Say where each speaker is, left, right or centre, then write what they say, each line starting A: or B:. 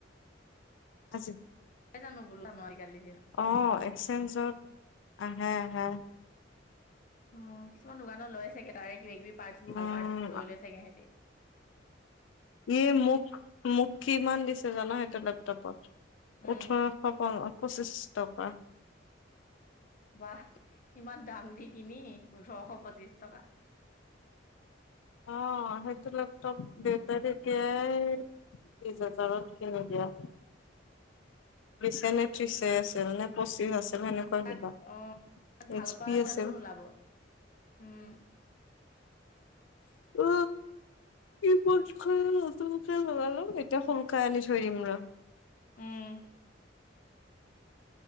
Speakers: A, on the left (about 90°); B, on the left (about 45°).
A: আজি
B: পাই জানো বোলা আজিকালি সিহঁত
A: অ এক্সচেঞ্জত আহে আহে
B: অ কিছুমান দোকানত লৈ চাগে তাৰে কিবা কিবি পাৰ্টছ বোৰ
A: উম
B: ভাল পাৰ্ট বোৰ লৈ লৈ চাগে হেতি।
A: ইয়ে মোক মোক কিমান দিছে জান সেইটো লেপটপত
B: উম
A: ওঠৰশ পন- পঁচিছ টকা।
B: বাহ ইমান দাম দি কিনি ওঠৰশ পঁচিশ টকা।
A: অ সেইটো লেপটপ দেউতাই তেতিয়াই বিশ হাজাৰত কিয় নিদিয়া? দিচানে? ত্ৰিছে
B: উম
A: আছিল নে পঁচিশ আছিল সেনেকুৱা
B: তাক
A: কিবা।
B: অ তাক ভাল
A: এইচ
B: কৰাৰ
A: পি
B: পইচাটো
A: আছিল।
B: নোলাব উম। <inaudible>
A: ও। ই পৌটখন নতুন কে লগালো এতিয়া সোনকালে আনি থৈ দিম ৰ।
B: উম।